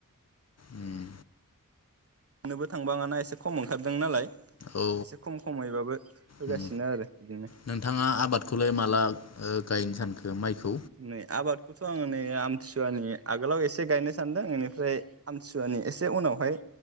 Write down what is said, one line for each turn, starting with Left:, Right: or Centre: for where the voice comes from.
Left: उम
Right: होननोबो थाङो बाङाना एसे खम ओंखारदों नालाय
Left: औ
Right: एसे खम खमैबाबो होगासिनो
Left: उम
Right: आरो इदिनो।
Left: नोंथाङा आबादखौलाय माला ओ गायनो सानखो माइखौ
Right: नै आबादखौथ' आङो नै आमथिसुवानि आगोलाव एसे गायनो सानदों बेनिफ्राय आमथिसुवानि एसे उनावहाय